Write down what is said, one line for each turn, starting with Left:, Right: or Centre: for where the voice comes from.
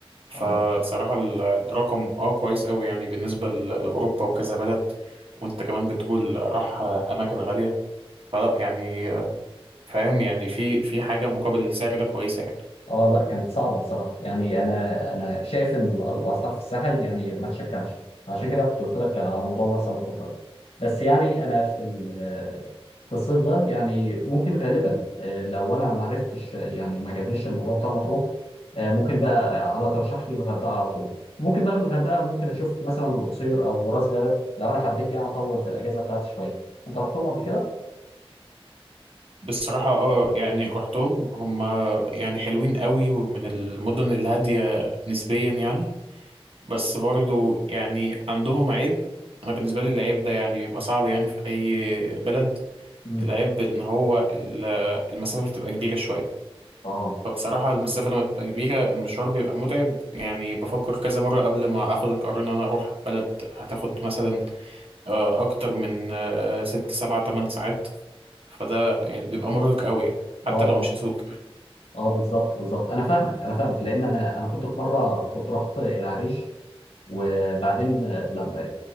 Right: فبصراحه
Left: اه
Right: ال- الرقم اه كويس قوي يعني بالنسبه ل- لاوروبا وكذا بلد وانت كمان بتقول راح آه، اماكن غاليه فلا يعني آه، فاهم يعني في في حاجه مقابل السعر ده كويسه يعني
Left: اه لا كانت صعبة بصراحة يعني انا انا شايف ان ال- الاسعار في الساحل يعني ما تشجعش عشان كده كنت قلت لك على موضوع مرسى مطروح ده بس يعني انا في ال- في الصيف ده يعني ممكن غالبا آه، لو انا ما عرفتش آه، يعني ما عجبنيش الموضوع بتاع مطروح آه، ممكن بقى على ترشح لي الغردقة على طول ممكن بقى من الغردقة ممكن اشوف مثلا القصير او راس غارب لو انا حبيت يعني اطول في الاجازة بتاعتي شوية انت رحتهم قبل كده؟
Right: بصراحة اه يعني رحتهم هم يعني حلوين قوي ومن المدن الهادية نسبيا يعني بس برضو يعني عندهم عيب أنا بالنسبة لي العيب ده يعني بيبقى صعب يعني في أي بلد
Left: مم.
Right: العيب إن هو ال- المسافة بتبقى كبيرة شوية
Left: اه
Right: فبصراحة المسافة لما بتبقى كبيرة المشوار بيبقى متعب يعني بفكر كذا مرة قبل ما آخد القرار إن أنا أروح بلد هتاخد مثلا آه، أكتر من آه، ست سبعة تمن ساعات فده يعني بيبقى مرهق قوي يعني حتى
Left: اه
Right: لو مش هسوق
Left: اه بالظبط بالظبط انا فاهمك انا فاهمك لان انا انا كنت في مره كنت رحت العريش وبعدين لما